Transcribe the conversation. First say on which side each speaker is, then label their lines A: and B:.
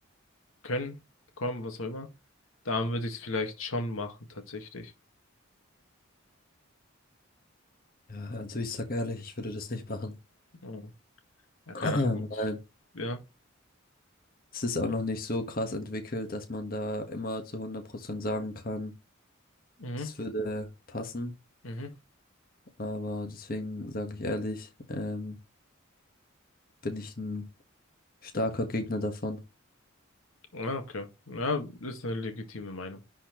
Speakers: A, on the left (about 80°); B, on the left (about 45°).
A: können, bekommen, was auch immer, dann würde ich es vielleicht schon machen, tatsächlich.
B: Ja, also ich sag ehrlich, ich würde das nicht machen,
A: Ja, Ja,
B: <clears throat>
A: keine Ahnung.
B: weil
A: Ja.
B: es ist auch noch nicht so krass entwickelt, dass man da immer zu 100% sagen kann,
A: Mhm.
B: das würde passen.
A: Mhm.
B: Aber deswegen sage ich ehrlich, ähm, bin ich ein starker Gegner davon.
A: Ja, okay. Ja, ist eine legitime Meinung.